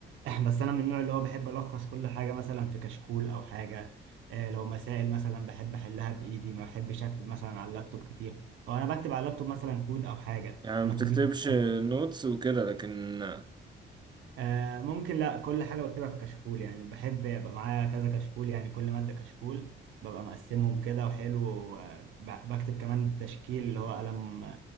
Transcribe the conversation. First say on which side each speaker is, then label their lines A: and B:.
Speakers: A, on the right; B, on the right.
A: <laughs> بس انا من النوع اللي هو بحب الخص كل حاجه مثلا في كشكول او حاجه آه، لو مسائل مثلا بحب احلها بايدي ما بحبش اكتب مثلا على اللابتوب كتير او انا بكتب على اللابتوب مثلا كود او حاجه
B: يعني
A: انا
B: ما بتكتبش
A: كمبيوتر
B: نوتس وكده لكن
A: آه ممكن لا كل حاجة بكتبها في كشكول يعني بحب يبقى معايا كذا كشكول يعني كل مادة كشكول ببقى مقسمهم كده وحلو وب- بكتب كمان تشكيل اللي هو قلم